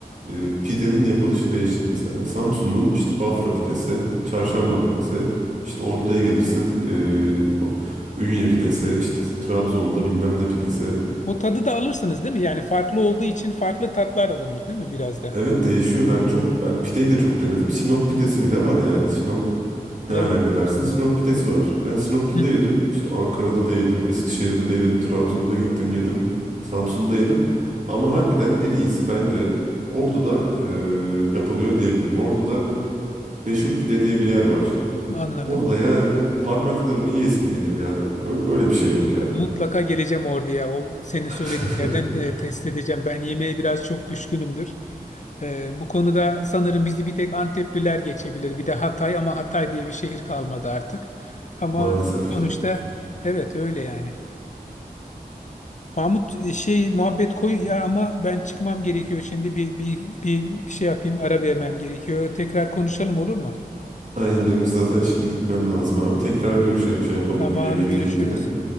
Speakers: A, on the right; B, on the left.
A: e, pidenin yapılışı değişir mesela. Samsun'un işte Bafra pidesi, Çarşamba pidesi, işte Ordu'ya gelirsin e, bu- Ünye pidesi, işte Trabzon'da bilmem ne pidesi.
B: O tadı da alırsınız değil mi? Yani farklı olduğu için farklı tatlar alınır değil mi biraz da?
A: Evet değişiyor. Ben çok ben pideyi de çok denedim. Sinop pidesi bile var yani. Sinop ne
B: Evet.
A: alaka dersin? Sinop pidesi var. Ben Sinop'ta
B: Hı,
A: da yedim. İşte Ankara'da da yedim. Eskişehir'de de yedim. Trabzon'da gittim yedim. Samsun'da yedim. Ama harbiden en iyisi bence Ordu'da e, yapılıyor diyebilirim. Ordu'da meşhur pide diye bir yer var.
B: anladım.
A: Orada yani ben parmaklarımı yiyesim geliyor yani. Ö- Böyle bir şey yok ya.
B: Mutlaka geleceğim orduya. O senin söylediğin
A: <laughs>
B: yerden de test edeceğim. Ben yemeğe biraz çok düşkünümdür. Ee, bu konuda sanırım bizi bir tek Antepliler geçebilir. Bir de Hatay ama Hatay diye bir şehir kalmadı artık. Ama
A: Maalesef.
B: sonuçta evet öyle yani. Mahmut e, şey muhabbet koy ya ama ben çıkmam gerekiyor şimdi. Bir, bir, bir şey yapayım ara vermem gerekiyor. Tekrar konuşalım olur mu?
A: Aynen benim zaten şimdi gitmem lazım abi. Tekrar görüşelim şey yapalım
B: Tamam
A: bu yemekle
B: görüşürüz.
A: ilgili.